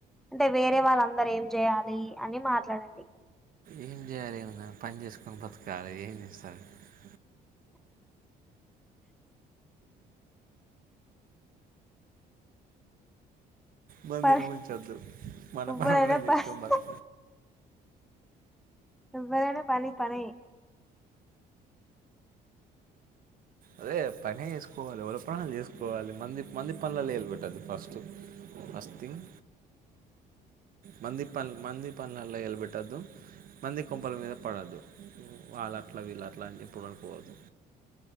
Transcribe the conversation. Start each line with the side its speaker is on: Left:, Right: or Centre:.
Centre: అంటే వేరే వాళ్ళందర ఏం చేయాలి అని మాట్లాడండి
Right: ఏం జేయాలి ఏమన్నా పని జేసుకుని బతకాలి ఏం చేస్తాలి సరే మందుని
Centre: ప
Right: ముంచొద్దు మన
Centre: ఎవ్వరైనా
Right: పని మనం జేసుకోని బతు
Centre: ప ఎవ్వరనా పని పని
Right: అదే పనే జేసుకోవాలి ఎవల పనాలు జేసుకోవాలి మంది మంది పనుల ఏళ పెట్టద్దు ఫస్టు అ ంగ్ మంది పల్ మంది పన్లల్లా ఇల్బెట్ ట్ట మంది కొంపల మీద పడద్దు వాళ్ళ అట్లా వీళ్ళ అలాని చెప్పుడు అనుకోవద్దు